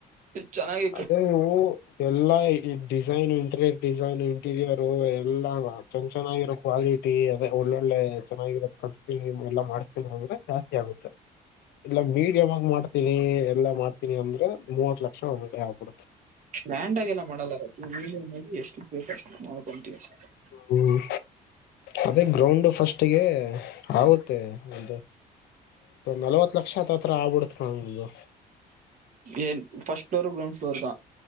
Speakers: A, on the right (about 50°); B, on the left (about 75°).
A: ಚೆನ್ನಾಗಿ. <unintelligible>
B: ಆದರೆ ನೀವು ಎಲ್ಲಾ, design interior design, interior. <inaudible> Room ಎಲ್ಲ ಅಟ್ಯಾಕ್ಷನ್, ಆಗಿ, ಇರಕ್ಕಾಗಿ. <inaudible> ಅಟ್ಟಿ, ಅದೇ ಒಳ್ಳೊಳ್ಳೆ! ಚೆನ್ನಾಗಿರೋದು, ಕಟ್ಟಿಸ್ತೀವಿ, ಎಲ್ಲಾ, ಮಾಡಿಸ್ತೀವಿ, ಅಂದ್ರೆ ಜಾಸ್ತಿ ಆಗುತ್ತೆ? <inaudible> ಇಲ್ಲ ಮೀಡಿಯ್ ಆಗೀ, ಮಾಡ್ತೀನಿ ಎಲ್ಲಾ ಮಾಡ್ತೀನಿ! ಅಂದ್ರೆ ಮೂವತ್ ಲಕ್ಷ ಒಳಗಡೆ, ಹಾಗಿಬಿಡುತೇ. <inaudible>
A: ಗ್ರಾಂಡ್ ಆಗಿ ಎಲ್ಲಾ, ಮಾಡಲ್ಲ ರಾಜು ಮೀಡಿಯಂ ಆಗಿ, ಎಷ್ಟು ಬೇಕಷ್ಟು, ಮಾಡ್ಕೊಂತೀವಿ ಅಷ್ಟೇ? <inaudible>
B: ಹ್ಮ್ ಅದೇ, ಗ್ರೌಂಡ್ ಫಸ್ಟ್ಗೆ. <inaudible> ಆಗುತ್ತೆ ಒಂದು, ನಲ್ವತ್ ಲಕ್ಷ, ಅತ್ತು, ಹತ್ರ ಆಗ್ಬಿಡುತ್ತೆ, ಒಂದು... <inaudible>
A: ಏನ್, ಫಸ್ಟ್ ಫ್ಲೋರ್, ಗ್ರೌಂಡ್, ಫ್ಲೋರಗ.